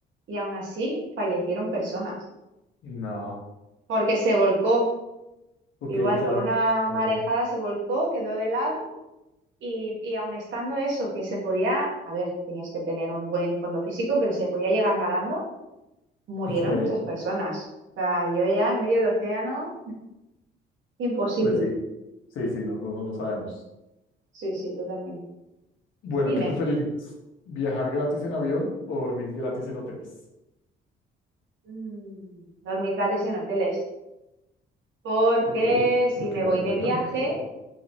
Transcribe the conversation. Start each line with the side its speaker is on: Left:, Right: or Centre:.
Right: Y aún así fallecieron personas,
Left: No.
Right: porque se volcó.
Left: Ok,
Right: Igual,
Left: claro.
Right: por una
Left: Claro.
Right: marejada se volcó, quedó de lado. Y, y aun estando eso, que se podía, a ver, tenías que tener un buen fondo físico, pero se podía llegar nadando, murieron
Left: <laughs> Eh,
Right: muchas personas. O sea, yo ya en medio del océano, imposible.
Left: pues sí, sí, sí, no, no, no sabemos.
Right: Sí, sí, totalmente.
Left: Bueno,
Right: Dime.
Left: ¿qué preferirías? ¿Viajar gratis en avión o dormir gratis en hoteles?
Right: Mm, dormir gratis en hoteles. Porque
Left: Ok,
Right: si
Left: ¿por
Right: me
Left: qué?
Right: voy
Left: Argumentame,
Right: de viaje,
Left: por favor.